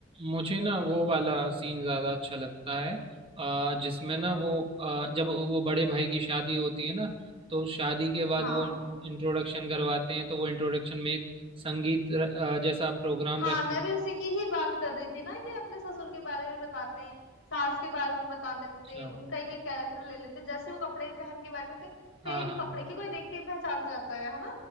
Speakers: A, on the right (about 30°); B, on the left (about 80°).
A: मुझे ना वो वाला सीन ज़्यादा अच्छा लगता है अ, जिसमें ना वो अ, जब वो बड़े भाई की शादी होती है ना तो शादी के बाद
B: हाँ
A: वो इंट्रोडक्शन करवाते हैं तो वो इंट्रोडक्शन में एक संगीत र, अ, जैसा प्रोग्राम
B: हाँ
A: रख
B: मैं
A: लेते हैं।
B: भी उसी की ही बात कर रही थी ना कि अपने ससुर के बारे में बताते हैं सास के बारे में बता देते
A: अच्छा
B: हैं उनका एक एक कैरेक्टर ले लेते हैं जैसे वो कपड़े पहन के बैठे थे
A: हाँ
B: सेम
A: हाँ
B: कपड़े की कोई देख के ही पहचान जाता है है ना